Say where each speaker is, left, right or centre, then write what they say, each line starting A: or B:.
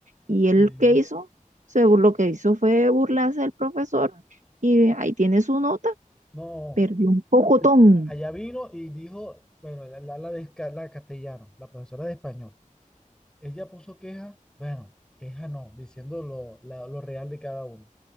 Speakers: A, on the right; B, in the centre.
A: Y él,
B: Sí.
A: ¿qué hizo? Se, bur- lo que hizo fue burlarse del profesor y ahí tiene su nota,
B: No,
A: perdió un pocotón.
B: Allá vino y dijo, bueno, la, la, la de ca- la castellano, la profesora de español, ella puso queja, bueno, queja no, diciendo lo, la- lo real de cada uno.